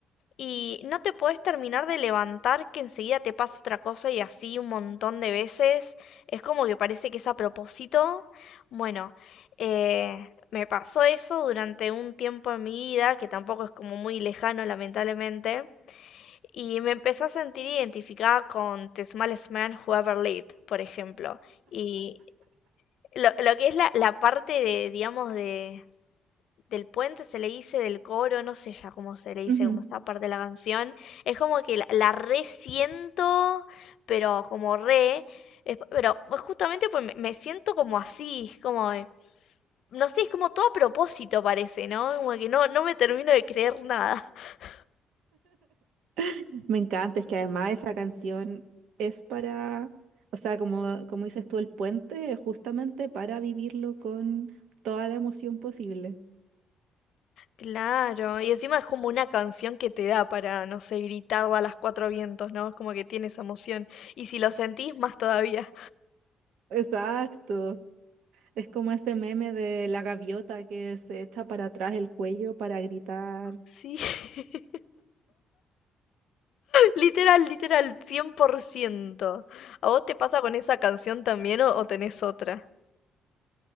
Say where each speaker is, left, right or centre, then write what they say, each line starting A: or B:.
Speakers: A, on the left; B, on the right.
A: Y no te podés terminar de levantar que enseguida te pasa otra cosa y así un montón de veces. Es como que parece que es a propósito. Bueno, eh, me pasó eso durante un tiempo en mi vida, que tampoco es como muy lejano, lamentablemente. Y me empecé a sentir identificada con The Smallest Man Who Ever Lived, por ejemplo. Y lo, lo que es la, la parte de, digamos, de, del puente se le dice, del coro, no sé ya cómo se le dice,
B: Ujú.
A: como esa parte de la canción. Es como que la, la resiento, pero como re. es- pero justamente pues me, me siento como así, es como. eh, No sé, es como todo a propósito parece, ¿no? Como que no, no me termino de creer nada. <laughs>
B: <laughs> Me encanta, es que además esa canción es para, o sea, como, como dices tú, el puente es justamente para vivirlo con toda la emoción posible.
A: Claro, y encima es como una canción que te da para, no sé, gritarla a las cuatro vientos, ¿no? Es como que tiene esa emoción. Y si lo sentís, más todavía.
B: Exacto. Es como ese meme de la gaviota que se echa para atrás el cuello para gritar
A: Sí. <laughs> Literal, literal, cien por ciento ¿A vos te pasa con esa canción también o, o tenés otra?